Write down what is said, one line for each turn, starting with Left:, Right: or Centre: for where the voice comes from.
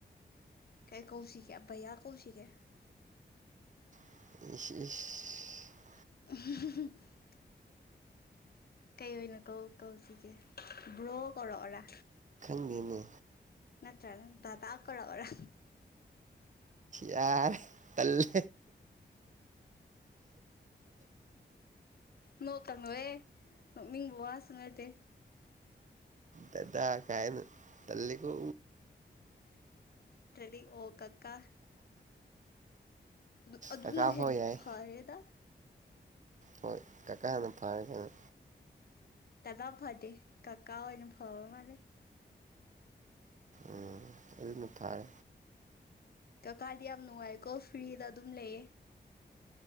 Left: ꯀꯥꯏ ꯀꯧꯁꯤ ꯀꯌꯥꯚꯩꯌꯥ ꯀꯧꯁꯤꯒꯦ
Right: ꯏ
Left: <inaudible> ꯀꯩ ꯑꯣꯏꯅ ꯀꯧ ꯀꯧꯁꯤꯒꯦ ꯕ꯭ꯔꯣ ꯀꯧꯔꯛꯑꯣꯔꯥ
Right: ꯃꯤꯅ
Left: ꯅꯠꯇ꯭ꯔ ꯅ ꯊꯥꯀꯣꯔꯋꯥꯔ
Right: ꯌꯥꯔ ꯀꯂꯦ
Left: ꯅꯣꯀꯅꯣꯑꯦ ꯃꯤꯕ ꯋꯥ ꯁꯉꯇꯦ
Right: ꯇꯗꯥ ꯀꯥꯏꯅ ꯇꯜꯒꯣ
Left: ꯔꯦ ꯑꯣ ꯀ ꯀꯥ ꯑꯗꯨ ꯑꯗꯨꯅ
Right: ꯀꯀꯥ
Left: ꯍꯦꯟꯅ
Right: ꯐꯥꯎ ꯌꯥꯏ
Left: ꯐꯔꯦꯗ
Right: ꯍꯣꯏ ꯀꯀꯥ ꯍꯥꯟꯅ ꯐꯥꯔꯒꯦꯗꯣ
Left: ꯇꯕ ꯐꯗꯤꯦ ꯀꯀꯥ ꯑꯣꯏ ꯑꯅ ꯐꯥꯎ ꯃꯥꯅꯦ
Right: ꯎꯝ ꯑꯗꯨ ꯅꯊꯥꯏ
Left: ꯀ ꯀꯥꯗꯤꯂꯤꯌꯥ ꯌꯥꯝꯅꯅꯨꯡꯉꯥꯏ ꯀꯣꯐꯤ ꯑꯗꯨꯝ ꯂꯩꯌꯦ